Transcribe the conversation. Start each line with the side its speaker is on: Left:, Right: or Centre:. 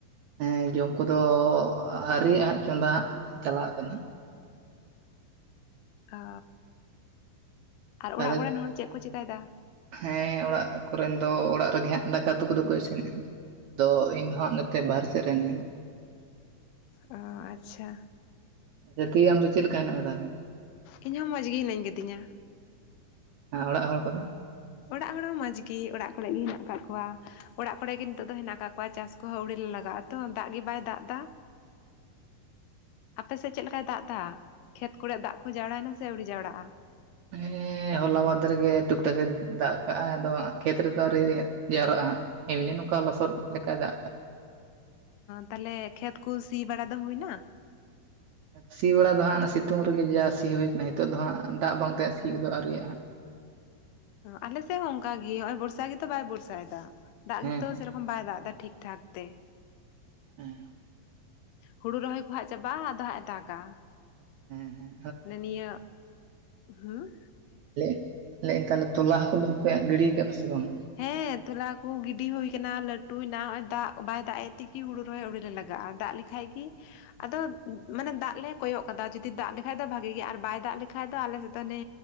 Right: ᱦᱮᱸ ᱡᱚᱢ ᱠᱚᱫᱚ ᱟᱣᱨᱤ ᱦᱟᱸᱜ ᱪᱚᱸᱫᱟ ᱦᱟᱸᱜ ᱪᱟᱞᱟᱜ ᱠᱟᱱᱟ
Left: ᱚ ᱟᱨ
Right: ᱛᱟᱦᱚᱞᱮ
Left: ᱚᱲᱟᱜ ᱠᱚᱨᱮᱱ ᱦᱚᱲ ᱪᱮᱫ ᱠᱚ ᱪᱮᱤᱠᱟᱹᱭᱮᱫᱟ
Right: ᱦᱮᱸ ᱚᱲᱟᱜ ᱠᱚᱨᱮᱱ ᱫᱚ ᱚᱲᱟᱜ ᱨᱮᱜᱮ ᱦᱟᱸᱜ ᱫᱟᱠᱟ ᱩᱛᱩ ᱠᱚᱫᱚ ᱠᱚ ᱤᱥᱤᱱᱮᱫᱼᱟ ᱫᱚ ᱤᱧ ᱦᱟᱸᱜ ᱱᱚᱛᱮ ᱵᱟᱨᱦᱮ ᱥᱮᱫ ᱨᱮ ᱢᱤᱱᱤᱧ-ᱟ
Left: ᱟ ᱟᱪᱪᱷᱟ
Right: <unintelligible> ᱟᱢ ᱫᱚ ᱪᱮᱫᱮ ᱞᱮᱠᱟ ᱦᱮᱱᱟ ᱢᱮ ᱛᱟᱦᱚᱞᱮ
Left: ᱤᱧ ᱦᱚᱸ ᱢᱚᱸᱡᱽ ᱜᱮ ᱦᱤᱱᱟᱹᱧ ᱠᱟᱫᱤᱧᱟ
Right: ᱦᱮᱸ ᱚᱲᱟᱜ ᱦᱚᱲ ᱠᱚᱫᱚ
Left: ᱚᱲᱟᱜ ᱦᱚᱲ ᱦᱚᱸ ᱢᱚᱡᱽ ᱜᱮ ᱚᱲᱟᱜ ᱠᱚᱨᱮ ᱜᱮ ᱦᱮᱱᱟᱜ ᱟᱠᱟᱜ ᱠᱚᱣᱟ ᱚᱲᱟᱜ ᱠᱚᱨᱮ ᱜᱮ ᱱᱤᱛᱚᱜ ᱫᱚ ᱦᱮᱱᱟᱜ ᱠᱟᱜ ᱠᱚᱣᱟ ᱪᱟᱥ ᱠᱚᱦᱚᱸ ᱟᱹᱣᱲᱤ ᱞᱮ ᱞᱟᱜᱟᱜᱼᱟ ᱛᱚ ᱫᱟᱜ ᱜᱮ ᱵᱟᱭ ᱫᱟᱜ ᱮᱫᱟ ᱟᱯᱮᱥᱮᱫ ᱪᱮᱫ ᱞᱮᱠᱟᱭ ᱫᱟᱜ ᱮᱫᱟ ᱠᱷᱮᱛ ᱠᱚᱨᱮ ᱫᱟᱜ ᱠᱚ ᱡᱟᱣᱲᱟᱭᱮᱱᱟ ᱥᱮ ᱟᱹᱣᱲᱤ ᱡᱟᱣᱲᱟᱜᱼᱟ
Right: ᱦᱮᱸ ᱦᱚᱞᱟ ᱢᱟᱫᱷᱮᱨ ᱜᱮ ᱴᱩᱠ ᱴᱟᱠ ᱫᱟᱜ ᱠᱟᱜ ᱟᱭ ᱟᱫᱚ ᱠᱷᱮᱛ ᱨᱮ ᱫᱚ ᱟᱣᱨᱤ ᱡᱟᱣᱨᱟᱜᱼᱟ ᱦᱟᱸ ᱮᱢᱱᱤ ᱱᱚᱝᱠᱟ ᱞᱚᱥᱚᱫ ᱞᱮᱠᱟ ᱫᱟᱜ ᱟᱠᱟᱫ
Left: ᱛᱟᱦᱚᱞᱮ ᱠᱷᱮᱛ ᱠᱚ ᱥᱤ ᱵᱟᱲᱟ ᱫᱚ ᱦᱩᱭᱱᱟ
Right: ᱥᱤ ᱵᱟᱲᱟ ᱫᱚ ᱦᱟᱸᱜ ᱚᱱᱟ ᱥᱤᱛᱩᱝ ᱨᱮᱜᱮ ᱡᱟ ᱥᱤ ᱦᱩᱭ ᱠᱟᱱᱟ ᱱᱤᱛᱚᱜ ᱫᱚ ᱦᱟᱸᱜ ᱫᱟᱜ ᱵᱟᱝ ᱛᱟᱦᱮᱸᱜ ᱥᱤ ᱜᱚᱜ ᱟᱹᱣᱨᱤ ᱨᱮᱭᱟᱜ-ᱟ
Left: ᱟᱞᱮᱥᱮᱫ ᱦᱚᱸ ᱚᱱᱠᱟᱜ ᱜᱮ ᱱᱚᱜ ᱚᱭ ᱵᱚᱨᱥᱟ ᱜᱮᱛᱚ ᱵᱟᱭ ᱵᱚᱨᱥᱟᱭᱮᱫᱟ ᱫᱟᱜ
Right: ᱦᱟᱸᱜ
Left: ᱜᱮᱛᱚ
Right: ᱦᱮᱸ
Left: ᱥᱮ ᱨᱚᱠᱚᱢ <unintelligible> ᱛᱚᱠᱷᱚᱱ ᱵᱟᱭ ᱫᱟᱜ ᱮᱫᱟ ᱴᱷᱤᱠ ᱴᱷᱟᱠ ᱛᱮ
Right: ᱦᱮᱸ
Left: ᱦᱩᱲᱩ ᱨᱚᱦᱚᱭ ᱠᱚ ᱦᱟᱸᱜ ᱪᱟᱵᱟᱜᱼᱟ ᱟᱫᱚ ᱦᱟᱸᱜ ᱮ ᱫᱟᱜᱟ
Right: ᱦᱮᱸ ᱦᱮᱸ
Left: <unintelligible> ᱱᱤᱭᱟᱹ ᱦᱮᱸ
Right: <unintelligible> ᱞᱮ ᱛᱟᱦᱚᱞᱮ ᱛᱚᱞᱟ ᱦᱟᱹᱠᱩ ᱫᱚᱯᱮ ᱜᱤᱰᱤ ᱟᱠᱟᱫ ᱯᱮ ᱥᱮ ᱵᱟᱝ
Left: ᱦᱮᱸ ᱛᱚᱞᱟ ᱠᱚ ᱜᱤᱰᱤ ᱦᱩᱭ ᱟᱠᱟᱱᱟ ᱞᱟᱹᱴᱩᱭᱮ ᱱᱟ ᱱᱚ ᱚᱭ ᱫᱟᱜ ᱵᱟᱭ ᱫᱟᱜ ᱮᱫ ᱛᱮᱠᱤ ᱦᱩᱲᱩ ᱨᱚᱦᱚᱭ ᱟᱣᱲᱤᱨ ᱨᱮ ᱞᱟᱜᱟᱜᱼᱟ ᱫᱟᱜ ᱞᱮ- ᱠᱷᱟᱭᱠᱤ ᱟᱫᱚ ᱢᱟᱱᱮ ᱫᱟᱜ ᱞᱮ ᱠᱚᱭᱚᱜ ᱠᱟᱫᱟ ᱡᱩᱫᱤ ᱫᱟᱜ ᱞᱮᱠᱟᱱ ᱫᱚ ᱵᱷᱟᱜᱮ ᱜᱮᱭᱟ ᱟᱨ ᱵᱟᱭ ᱫᱟᱜ ᱞᱮᱠᱷᱟᱡ ᱫᱚ ᱟᱞᱮ ᱥᱮᱫ ᱫᱚ ᱱᱮ